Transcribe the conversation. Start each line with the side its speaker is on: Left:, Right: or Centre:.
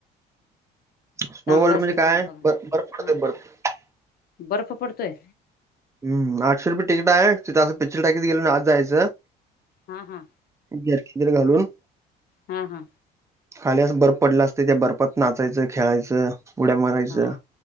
Right: स्नो
Left: चांगलं
Right: वर्ल्ड म्हणजे
Left: असेल
Right: काय
Left: सगळं बघ
Right: बर्फ बर्फ पडतोय
Left: हा
Right: बर्फ.
Left: बर्फ पडतोय
Right: हम्म, आठशे रुपय तिकीट आहे तिथं असं पिक्चर टाकीत गेल्या आणि आत जायचं
Left: हा हा.
Right: ग्यार्की तेन घालून
Left: हा हा
Right: खाली असं बर्फ पडला असतय त्या बर्फात नाचायचं खेळायचं उड्या मारायच
Left: हा